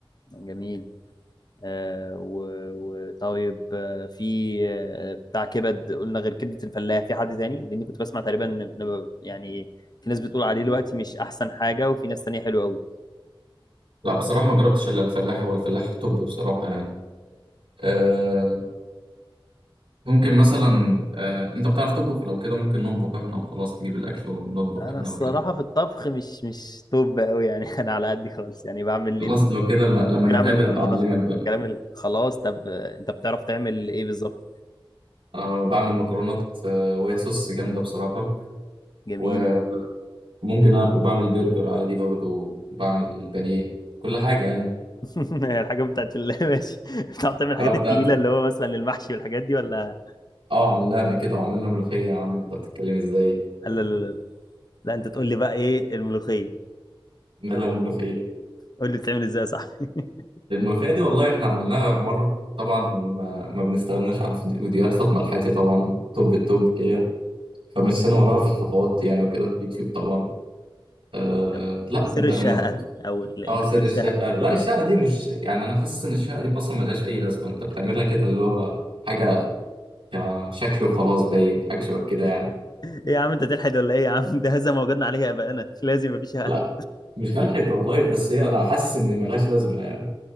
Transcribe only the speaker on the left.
جميل آه و... و... طيب آه في آه بتاع كبد قلنا غير كبدة الفلاح في حد تاني لاني كنت بسمع تقريبا إن- إن ب- يعني في ناس بتقول عليه دلوقتي مش احسن حاجة وفي ناس تانية حلوة قوي
انا
الصراحة
في الطبخ مش مش توب قوي يعني <laughs> انا على قدي خالص يعني بعمل اللي
انت
ممكن
اعمل مكرونة
كلام ال- خلاص طب آه، انت بتعرف تعمل ايه بالظبط
جميل
<laughs> الحاجات بتاعت ال- <laughs> ماشي بتعرف تعمل الحاجات
التقيلة
اللي هو مثلا المحشي والحاجات دي ولا
لا لا لا لا لا، انت تقول لي بقى ايه الملوخية
قول لي بتعمل ازاي يا صاحبي <laughs>
طب
ايه سر
الشهقة
او ال-
بيقولوا
الشهقة دي
اه
ايه يا عم انت تلحد ولا ايه يا عم ده هذا ما وجدنا عليه ابائنا <laughs> لازم يبقى في شهقة